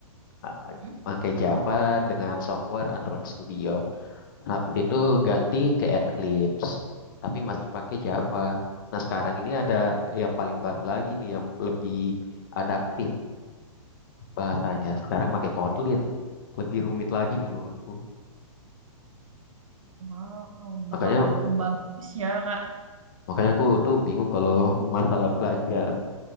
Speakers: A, on the left (about 40°); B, on the right (about 80°).
A: A-
B: Hmm?
A: pakai Java dengan software Android Studio. Habis itu ganti ke Eclipse, tapi masih pakai Java. Nah, sekarang ini ada yang paling baru lagi nih, yang lebih adaptif bahasanya. Sekarang pakai Kotlin, lebih rumit lagi menurutku.
B: Wow, bakal
A: Makanya,
B: berkembang terus ya Kak.
A: makanya aku tuh bingung kalau <laughs> masalah belajar